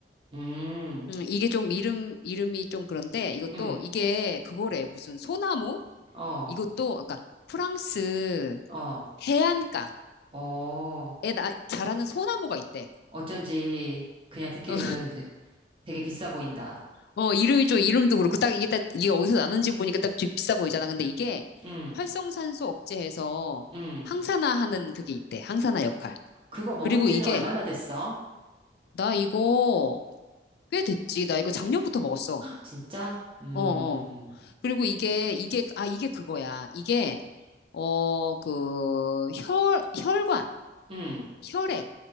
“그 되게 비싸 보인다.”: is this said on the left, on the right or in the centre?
Right